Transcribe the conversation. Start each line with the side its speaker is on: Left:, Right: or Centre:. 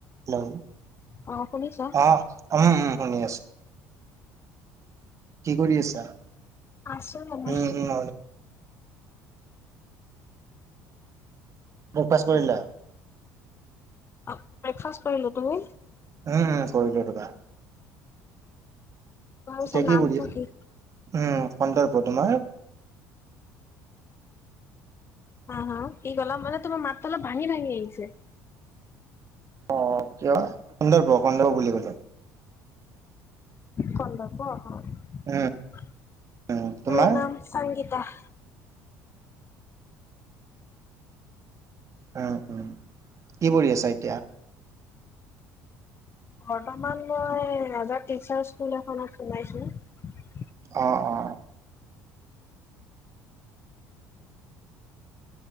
Right: Hello.
Left: অ শুনিছা
Right: অ উম উম। শুনি আছো। কি কৰি আছা?
Left: আছো এনে
Right: উম উম মোক পাছ কৰিলা?
Left: অ ব্ৰেকফাষ্ট কৰিলু। তুমি?
Right: উম উম কৰিলু ৰবা।
Left: <unintelligible>
Right: এতিয়া
Left: নামটো
Right: কৰি
Left: কি?
Right: উম কন্দৰ্প। তোমাৰ?
Left: হা? হা? কি কলা? মানে তোমাৰ মাত অলপ ভাঙি ভাঙি আহিছে।
Right: অ কিয়- কন্দৰ্প, কন্দৰ্প বুলি কলো।
Left: কন্দৰ্প। অ
Right: উম উম তোমাৰ
Left: মোৰ নাম সংগীতা। <inaudible>
Right: উম উম কি পঢ়ি আছা এতিয়া?
Left: বৰ্তমান মই ৰাজা টিচাৰ স্কুল এখনত শুমাইছো।
Right: অ অ।